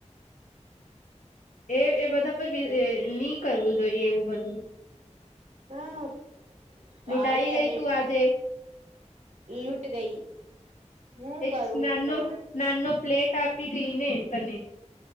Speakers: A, on the left; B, on the right.
A: એ એ બધા પર નહી કરવું જોઈએ એવું બધું
B: હા તો
A: લૂંટાઈ
B: આવે
A: ગઈ
B: અને
A: તું આજે
B: લૂટ ગઈ હું
A: એચ
B: કરું
A: નાાનો
B: તો
A: નાાનો પ્લેટ આપી ગઈ ને તને